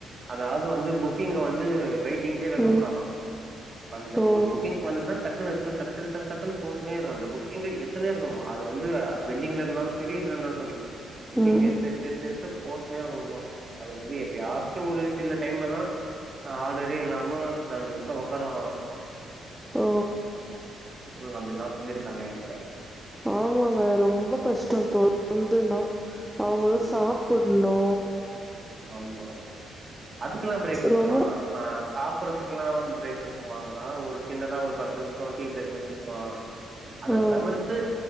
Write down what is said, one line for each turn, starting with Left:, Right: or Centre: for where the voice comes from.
Right: அந்த ஆர்டர் வந்து புக் புக்கிங் ல வந்து வெயிட்டிங்லயே
Centre: ம்
Right: வைக்க கூடாதா அந்த
Centre: ஓ
Right: ஒரு புக்கிங் வந்துச்சுனா டக் புக்கிங் ல வந்து டக் டக் டக் டக்குனு போட்டுனே இருக்கணுமா அந்த புக்கிங் ல எத்துனே இருக்கணுமா அது வந்து பெண்டிங் ல இருந்தாலு சேரி சேரி இதுல இருந்தாலு சொல்லி புக்கிங்
Centre: ம்
Right: எத்து எத்து எத்து எடுத்து போட்டுனே இருக்கணுமா அது வந்து எப்பயாச்சு ஒரு சில டைம் லதா ஆர்டரே இல்லாம ஒரு அஞ்சு நிமிஷ உக்காருவாங்கலா
Centre: ஓ
Right: ம் அப்டிலா சொல்லிருக்காக ஏங்கிட்ட
Centre: ஆமாங்க ரொம்ப கஷ்டோ தொடந்துனா அவங்களு
Right: ம்
Centre: சாப்புடுணு
Right: ஆமா அதுக்கெல்லா பிரேக் குடுத்துருவாங்கலா
Centre: ரொம்ப
Right: ஆ சாப்படறதுக்கெலா பிரேக் குடு குடுத்துருவாங்கலா ஓரு சின்னதா ஒரு பத்து நிமிஷோ டீ பிரேக் மாரி குடுத்துருவாங்கலா அத
Centre: ஆ
Right: தவிர்த்து